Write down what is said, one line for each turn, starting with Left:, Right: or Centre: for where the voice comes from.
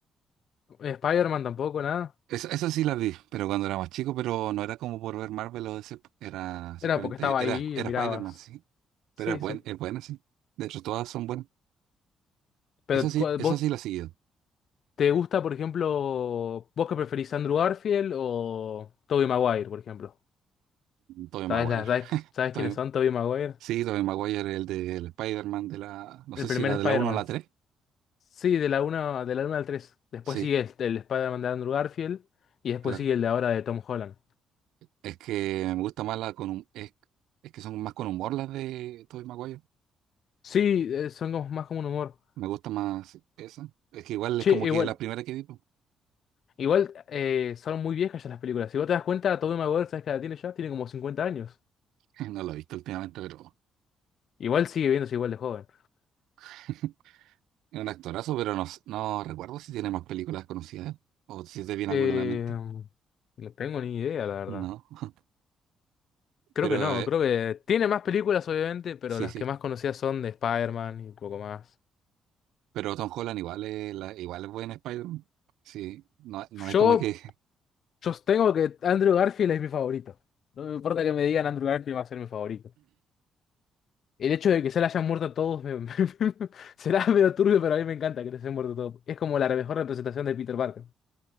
Left: Eh, Spider-Man tampoco, nada.
Right: eso eso sí la vi, pero cuando era más chico, pero no era como por ver Marvel o DC, era simplemente,
Left: Era porque estaba ahí
Right: era, era
Left: y lo mirabas.
Right: Spider-Man, sí,
Left: Sí,
Right: pero es
Left: sí.
Right: buena, es buena, sí. De hecho, todas son buenas.
Left: Pero
Right: eso sí,
Left: ¿cuál-
Right: eso
Left: vos
Right: sí la he seguido.
Left: ¿Te gusta, por ejemplo, vos que preferís Andrew Garfield o Tobey Maguire, por ejemplo?
Right: Tobey
Left: ¿Sabes,
Right: Maguire.
Left: la, sabes, sabes
Right: Tobey-
Left: quiénes son Tobey Maguire?
Right: sí, Tobey Maguire, el del Spider-Man de la, no
Left: El
Right: sé
Left: primer
Right: si era
Left: Spider-Man.
Right: de la uno o la 3
Left: Sí, de la una, de la una al 3. Después
Right: sí.
Left: sigue el, el Spider-Man de Andrew Garfield y después
Right: claro
Left: sigue el de ahora de Tom Holland.
Right: Es que me gusta más la con hum- es, es que son más con humor las de Tobey Maguire.
Left: Sí, eh, son como- más como un humor.
Right: Me gusta más esa. Es que igual
Left: Che,
Right: es como
Left: igual,
Right: que la primera que vi. po.
Left: igual eh, son muy viejas ya las películas. Si vos te das cuenta, Tobey Maguire, ¿sabes qué edad tiene ya? Tiene como 50 años.
Right: <laughs> No lo he visto últimamente, pero
Left: Igual sigue viéndose igual de joven.
Right: <laughs> es un actorazo, pero no, s- no recuerdo si tiene más películas conocidas o si te viene
Left: Eh,
Right: alguna a la mente.
Left: no tengo ni idea, la verdad.
Right: No. <laughs>
Left: Creo
Right: Pero
Left: que no,
Right: eh,
Left: creo que tiene más películas, obviamente, pero
Right: sí,
Left: las
Right: sí.
Left: que más conocidas son de Spider-Man y un poco más.
Right: Pero Tom Holland igual es, la, igual es buen Spider-Man. Sí, no, no es
Left: Yo
Right: como que. <laughs>
Left: yo tengo que Andrew Garfield es mi favorito. No me importa que me digan Andrew Garfield va a ser mi favorito. El hecho de que se le hayan muerto a todos me- me- <laughs> será medio turbio, pero a mí me encanta que les hayan muerto a todos. Es como la mejor representación de Peter Parker.